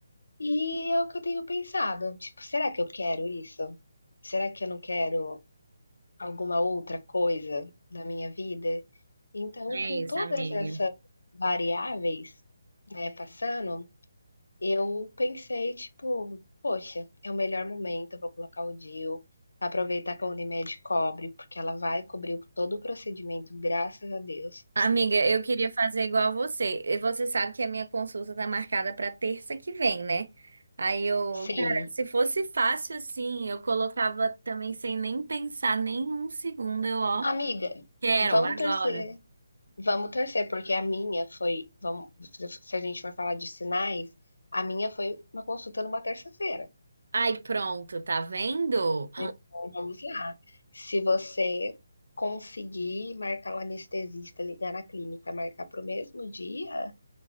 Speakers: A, on the left; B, on the right.
A: E é o que eu tenho pensado, tipo: "Será que eu quero isso? Será que eu não quero alguma outra coisa na minha vida?". Então,
B: É
A: com todas
B: isso, amiga.
A: essas variáveis, né, passando, eu pensei, tipo: "Poxa, é o melhor momento, eu vou colocar o DIU, aproveitar que a Unimed cobre, porque ela vai cobrir todo o procedimento, graças a Deus".
B: Amiga, eu queria fazer igual a você. E Você sabe que a minha consulta tá marcada para terça que vem, né? Aí eu,
A: Sim.
B: cara, se fosse fácil assim, eu colocava também sem nem pensar nem um segundo, eu, ó,
A: Amiga,
B: quero
A: vamos
B: agora.
A: torcer Vamos torcer, porque a minha foi, vamos, se a gente for falar de sinais, a minha foi uma consulta numa terça-feira.
B: Ai, pronto, tá vendo?
A: Então, vamos lá. Se você conseguir marcar o anestesista, ligar na clínica, marcar para o mesmo dia,